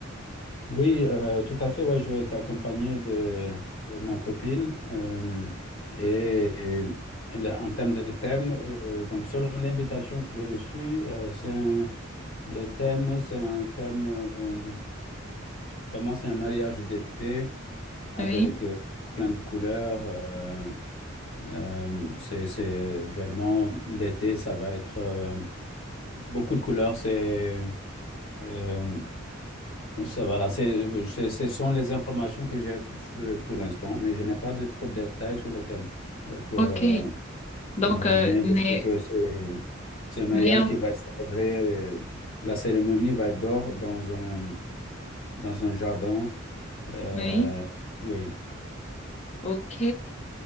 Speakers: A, on the left; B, on the left.
A: Oui, euh, tout à fait. Ouais, je vais t'accompagner de euh, ma copine. euh, et, et le- en termes de thème, euh, donc selon l'invitation que j'ai reçue, euh, c'est un- le thème, c'est un thème, euh, vraiment, c'est un mariage d'été avec
B: Oui,
A: euh, plein de couleurs. euh, euh, c'est, c'est vraiment l'été, ça va être euh, beaucoup de couleurs. C'est euh, Ça, voilà, c'est, c'est- ce sont les informations que j'ai pour, pour l'instant, mais je n'ai pas de trop de détails sur le thème. Euh, pour-
B: ok.
A: euh,
B: Donc,
A: euh,
B: euh,
A: mais
B: mais,
A: je sais que c'est c'est un mariage
B: mais, on-
A: qui va être célébré. euh, la cérémonie va être dehors dans un, dans un jardin. Euh,
B: oui,
A: oui,
B: ok.